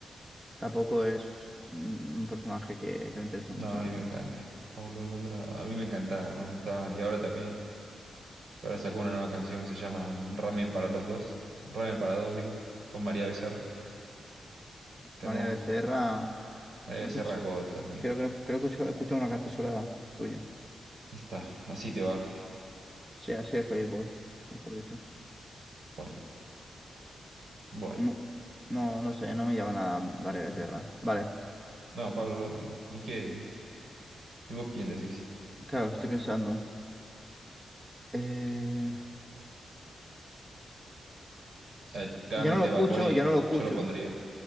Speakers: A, on the right; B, on the right.
A: Tampoco es mm, un personaje que, que me interesa
B: No,
A: mucho, la
B: a mí
A: verdad.
B: me encanta. Paulo Londra, a mí me encantaba cuando estaba, y ahora también. Ahora sacó una nueva canción que se llama Ramen para los dos. Ramen para dos, digo, con María Becerra. Temón.
A: María Becerra,
B: María
A: no
B: Becerra
A: escuch-
B: God también.
A: creo que no- creo que he escuchado he escuchado una canción sola suya.
B: Ahí Está, así te va.
A: Sí, así de Feliz Boy, mejor dicho.
B: Bueno, bueno.
A: No, no, no sé, no me llama nada María Becerra. Vale,
B: No, Pablo Londra. no. ¿Y qué? ¿Y vos quién decís?
A: claro, estoy pensando. Eh,
B: Eh, claramente
A: Yo no lo escucho,
B: Bad Bunny,
A: yo no lo escucho.
B: yo lo pondría.